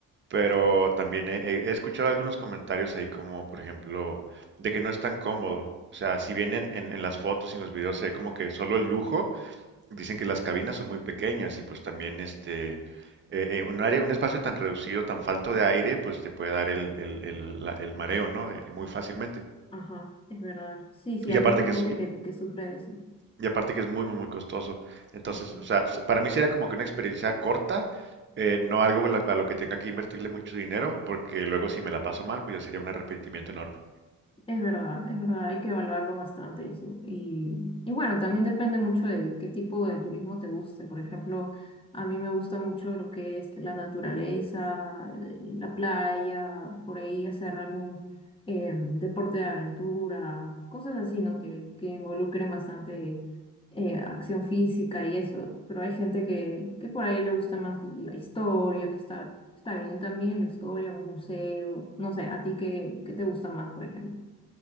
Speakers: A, on the right (about 35°); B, on the left (about 15°).
A: pero también he, he- he escuchado algunos comentarios ahí como, por ejemplo, de que no es tan cómodo. O sea, si bien en, en- en las fotos y en los videos se ve como que solo el lujo, dicen que las cabinas son muy pequeñas y pues también este, eh, eh, un área, un espacio tan reducido, tan falto de aire, pues te puede dar el, el, el, la- el mareo, ¿no? Eh, muy fácilmente.
B: Ajá, es verdad. Sí, sí,
A: Y
B: hay
A: aparte
B: mucha
A: que
B: gente
A: es,
B: que, que sufre de eso.
A: y aparte que es muy, muy, muy costoso. Entonces,
B: Ujú.
A: o sea, se- para mí sería como que una experiencia corta, eh, no algo a lo a lo que tenga que invertirle mucho dinero, porque luego si me la paso mal, pues ya sería un arrepentimiento enorme.
B: Es verdad, es verdad, hay que evaluarlo bastante eso. Y, y bueno, también depende mucho de qué tipo de turismo te guste. Por ejemplo, a mí me gusta mucho lo que es la naturaleza, eh, la playa, por ahí hacer algún eh, deporte de aventura, cosas así, ¿no? Que, que involucren bastante eh, acción física y eso. Pero hay gente que, que por ahí le gusta más la historia, que está, está bien también, la historia, los museos, no sé, ¿a ti qué, qué te gusta más, por ejemplo?